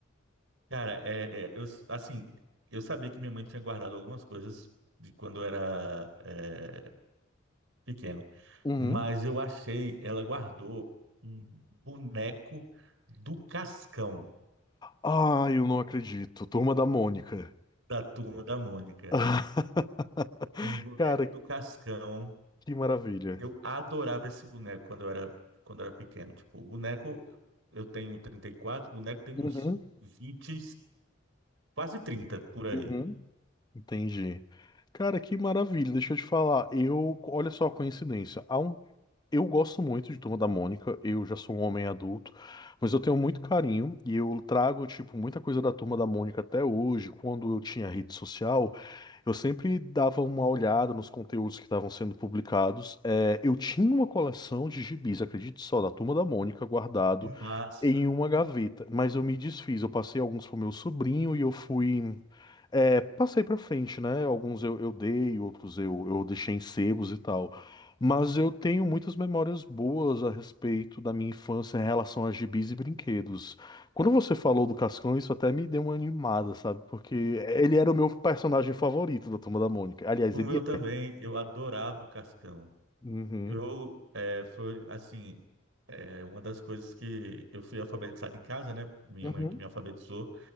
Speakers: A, on the right; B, on the left.
A: Cara, é, é, eu, assim, eu sabia que minha mãe tinha guardado algumas coisas de quando eu era eh, pequeno.
B: Uhum.
A: Mas eu achei, ela guardou um boneco do Cascão,
B: Ah, eu não acredito. Turma da Mônica.
A: da Turma da Mônica.
B: <laughs>
A: Um boneco
B: Cara,
A: do Cascão.
B: que maravilha.
A: Eu adorava esse boneco quando eu era, quando eu era pequeno. Tipo, o boneco, eu tenho 34, o boneco tem
B: Uhum.
A: uns 20 quase 30 por aí.
B: Uhum. Entendi. Cara, que maravilha. Deixa eu te falar. Eu, olha só a coincidência. Eu gosto muito de Turma da Mônica, eu já sou um homem adulto, mas eu tenho muito carinho e eu trago, tipo, muita coisa da Turma da Mônica até hoje. Quando eu tinha rede social, eu sempre dava uma olhada nos conteúdos que estavam sendo publicados. É, eu tinha uma coleção de gibis, acredite só, da Turma da Mônica guardado
A: Que massa!
B: em uma gaveta, mas eu me desfiz, eu passei alguns pro meu sobrinho e eu fui. é, passei pra frente, né? Alguns eu, eu dei, outros eu, eu deixei em sebos e tal. Mas eu tenho muitas memórias boas a respeito da minha infância em relação a gibis e brinquedos. Quando você falou do Cascão, isso até me deu uma animada, sabe? Porque ele era o meu personagem favorito da Turma da Mônica. Aliás,
A: O
B: ele
A: meu também,
B: é.
A: eu adorava o Cascão.
B: Uhum,
A: Eu, é, foi assim, é, uma das coisas que eu fui alfabetizado em casa, né? Minha
B: uhum,
A: mãe que me alfabetizou.